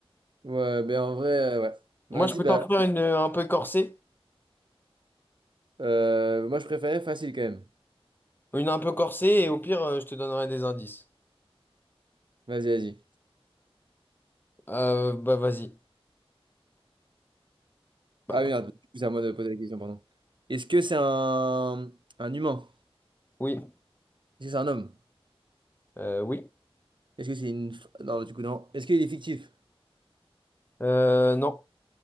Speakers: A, on the right; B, on the left.
A: Ouais, ben en vrai, euh, ouais. Bah,
B: Moi,
A: Vas-y,
B: je peux
A: bah.
B: t'en faire une euh, un peu corsée.
A: euh, moi, je préférais facile quand même.
B: Une un peu corsée, et au pire, euh, je te donnerai des indices.
A: Vas-y, vas-y.
B: Euh, bah, vas-y. Bah,
A: Ah
B: p-
A: merde, du coup, c'est à moi de poser la question, pardon. Est-ce que c'est un... un humain?
B: oui.
A: Est-ce que c'est un homme?
B: Euh, oui.
A: Est-ce que c'est une. f- Non, du coup, non. Est-ce qu'il est fictif?
B: Euh, non.